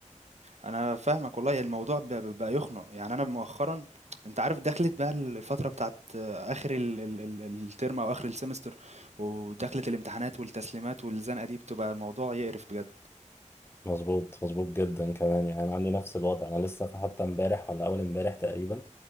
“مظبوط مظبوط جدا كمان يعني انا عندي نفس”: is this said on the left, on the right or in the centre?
Left